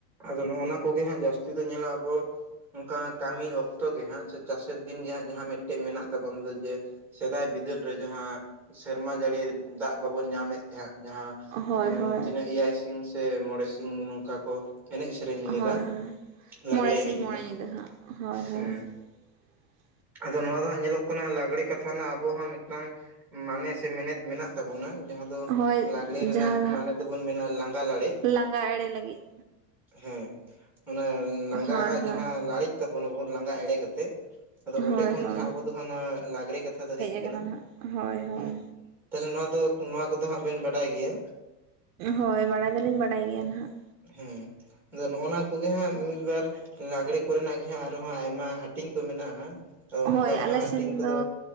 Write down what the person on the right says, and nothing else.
ᱦᱳᱭ ᱦᱳᱭ
ᱦᱳᱭ
ᱦᱳᱭ
ᱢᱚᱬᱮ ᱥᱤᱧ
ᱢᱚᱬᱮ ᱧᱤᱫᱟᱹ ᱦᱟᱸᱜ ᱦᱳᱭ ᱦᱳᱭ
<unintelligible>
ᱦᱳᱭ
ᱡᱟᱦᱟᱸ ᱦᱟᱸᱜ
ᱞᱟᱸᱜᱟ ᱮᱲᱮ ᱞᱟᱹᱜᱤᱫ
ᱦᱳᱭ ᱦᱳᱭ
ᱦᱳᱭ
ᱦᱳᱭ
ᱟᱠᱟᱱᱟ
ᱱᱟᱦᱟᱜ ᱦᱳᱭ ᱦᱳᱭ
ᱦᱳᱭ ᱵᱟᱲᱟᱭ ᱫᱚᱞᱤᱧ ᱵᱟᱰᱟᱭ ᱜᱮᱭᱟ ᱱᱟᱦᱟᱜ।
ᱦᱳᱭ
ᱟᱞᱮ
ᱥᱮᱱ
ᱫᱚ